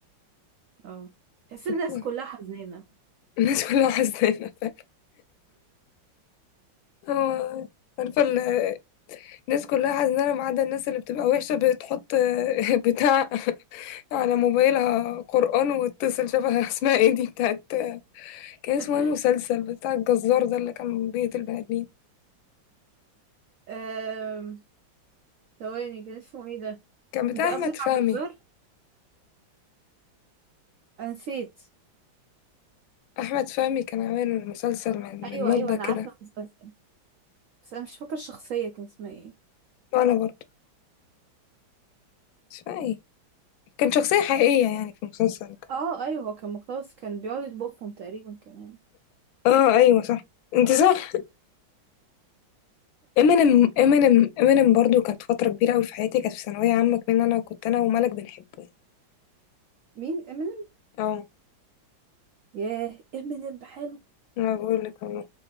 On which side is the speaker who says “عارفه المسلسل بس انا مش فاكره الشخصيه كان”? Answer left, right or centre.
Right